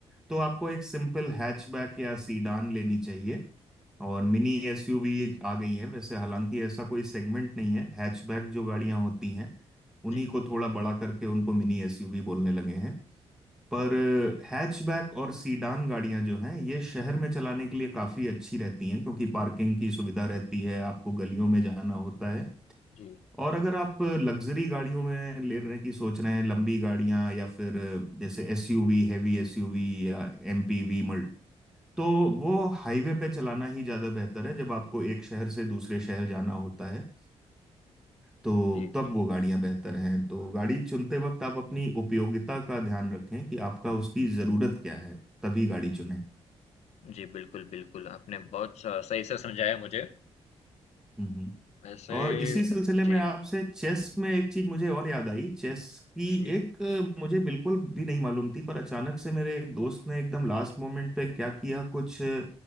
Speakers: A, in the centre; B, on the left.
A: तो आपको एक सिंपल हैचबैक या सीडान लेनी चाहिए और मिनी
B: जी,
A: एसयूवी आ गई है वैसे हालांकि ऐसा कोई सेगमेंट नहीं है हैचबैक जो गाड़ियां होती हैं उन्हीं
B: जी,
A: को थोड़ा बड़ा करके उनको मिनी एसयूवी बोलने लगे हैं पर हैचबैक और सीडान गाड़ियां जो हैं ये शहर में चलाने के लिए काफी अच्छी रहती हैं क्योंकि पार्किंग की सुविधा रहती है आपको गलियों में जाना होता है
B: जी,
A: और अगर आप लग्जरी गाड़ियों में लेने की सोच रहे हैं लंबी गाड़ियां या फिर जैसे एसयूवी हैवी एसयूवी या एमपीवी मल्ट तो वो हाईवे पे चलाना ही ज्यादा बेहतर है जब आपको एक शहर से दूसरे शहर जाना होता है तो
B: जी,
A: तब
B: जी।
A: वो गाड़ियां बेहतर हैं तो गाड़ी चुनते वक्त आप अपनी उपयोगिता का ध्यान रखें कि आपका उसकी जरूरत क्या है तभी गाड़ी चुनें
B: जी, बिल्कुल, बिल्कुल, आपने बहुत स सही से समझाया मुझे।
A: हम्म
B: वैसे
A: और इसी सिलसिले
B: जी,
A: में आपसे चेस में एक चीज मुझे और याद आई चेस की
B: जी।
A: एक अ, मुझे बिल्कुल भी नहीं मालूम थी पर अचानक से मेरे एक दोस्त ने एकदम लास्ट मोमेंट पे क्या किया कुछ अ,